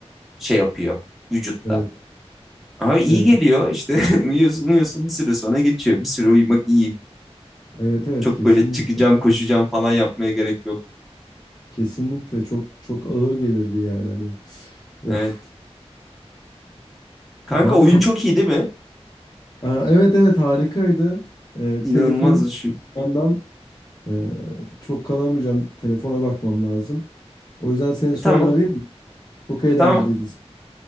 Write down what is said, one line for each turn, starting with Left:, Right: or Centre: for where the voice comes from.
Centre: şey yapıyor vücutta.
Left: Evet.
Centre: Abi iyi
Left: Evet.
Centre: geliyor işte <laughs> uyuyorsun uyuyorsun bir süre sonra geçiyor. Bir süre uyumak iyi.
Left: Evet evet
Centre: Çok
Left: kesinlikle.
Centre: böyle çıkacağım koşacağım falan yapmaya gerek yok.
Left: Kesinlikle çok çok ağır gelirdi yani hani. Of.
Centre: Evet. Kanka
Left: Abi
Centre: oyun
Left: kap
Centre: çok iyi değil mi?
Left: Aa, evet evet harikaydı. Ee,
Centre: İnanılmaz
Left: telefon
Centre: şu.
Left: yandan e, çok kalamayacağım. Telefona bakmam lazım. O yüzden seni
Centre: E,
Left: sonra
Centre: tamam
Left: arayayım mı? Çok eğlenceliydi.
Centre: tamam.